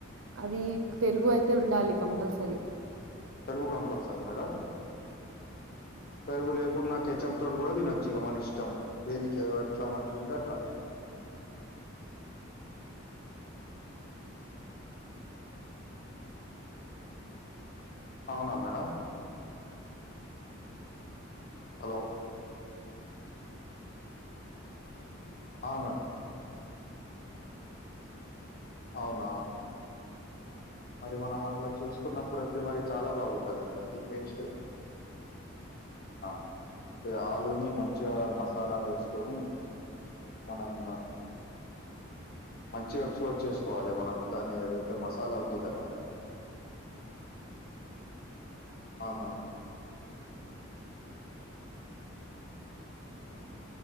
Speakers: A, on the right; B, on the left.
A: అది పెరుగు అయితే ఉండాలి కంపల్సరీ
B: పెరుగు కంపల్సరా మేడం పెరుగు లేకుండా కెచప్ తోటి కూడా తినొచ్చు ఇగా మన ఇష్టం దేనికి ఎట్లా మంచిగా ఉంటే అట్లా అవునా మేడం హలో ఆ మేడం అవునా మరి మనం అట్లా చేసుకున్నప్పుడు అయితే మరి చాలా బాగుంటది కదా అది టేస్ట్ ఆ అయితే ఆలుని మంచిగా మసాలాలు వేసుకొని మనం మంచిగా వచ్చేటట్చేసుకోవాలి మనం దాని ఏదైతే మసాలా ఉంది కదా ఆహా రూ ర్